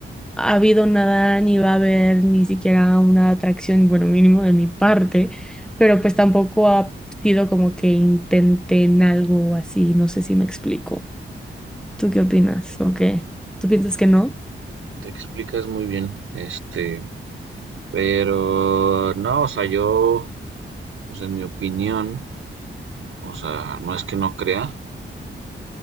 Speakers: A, in the centre; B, on the right.
A: ha habido nada, ni va a haber ni siquiera una atracción, bueno, mínimo de mi parte, pero pues tampoco ha sido como que intenten algo así, no sé si me explico. ¿Tú qué opinas? ¿O qué? ¿Tú piensas que no?
B: Te explicas muy bien, este, pero no, o sea, yo, o sea, en mi opinión, o sea, no es que no crea,